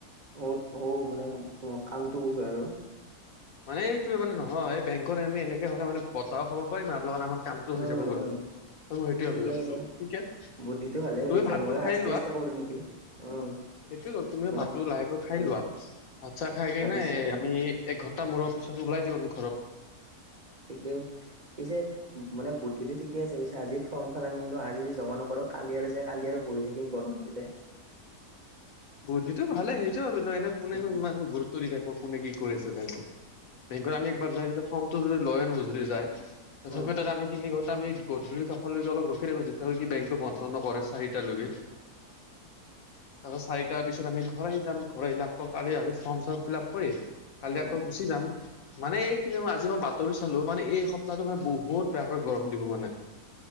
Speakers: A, on the right (about 40°); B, on the left (about 65°).
A: অ, অ মানে কামটো হয় আৰু।
B: মানে এইটো মানে নহয় বেংকত আমি এনেকে হ'লে মানে বতাহো খাব পাৰিম আৰু লগত আমাৰ কামটো
A: উম,
B: হৈ যাব গলে।
A: উম,
B: ত মই সেইটোৱে
A: ঠিকে
B: ভাবি আছো।
A: কিন্তু
B: ঠিকে
A: বুদ্ধিটো ভালে
B: তুমি
A: ভাবিছা
B: ভাতটো
A: ময়ো
B: খাই
A: আস্তে
B: লোৱা।
A: আস্তে কৰো নেকি
B: উ
A: উম,
B: সেইটোৱে তুমিও
A: মানে
B: ভাতটো লাহেকৈ খাই
A: উম,
B: লোৱা। ভাত চা খাই কেে
A: ভাবিছো
B: নাই
A: উম,
B: আমি এঘ মূৰৰ পিছত ওলাই দিব পাৰিম তাত।
A: ঠিকে পিছে মানে বুদ্ধিটো ঠিকে আছে পিছে। আজি ফৰ্মখন আনিলো। আজি যদি জমা নকৰো। কালি আৰু যাই কালি আৰু বহি থাকিম গৰম <unintelligible>
B: <inaudible> বুদ্ধিটো ভালে। <unintelligible> কোনেনে
A: উম,
B: ইমান গুৰুত্ব দি থাকিব কোনে কি কৰি আছে <unintelligible> বেংকত আমি একবাৰ যাই ফৰ্মটো যদি লৈ আনো যদি যায় তথাপি
A: উম,
B: তাত আমি তিনি ঘন ত আমি গধূলি কষলৈকে অলপ ৰখি ৰাখো, যেতিয়ালৈকে বেংকটো বন্ধ নকৰে চাৰিটালৈকে। আ চাৰি তাৰ পিছত আমি ঘৰ আহি যাম। ঘৰ আহিলে আকৌ কালি আজি ফৰ্ম চৰ্ম ফিল আপ কৰি কালি
A: উম
B: আকৌ গুচি যাম। <unintelligible> মানে এইখিনি মই আজি মই বাতৰি চালো। মানে এই সপ্তাহটো বহুত বেয়াকৈ গৰম দিব মানে। <inaudible>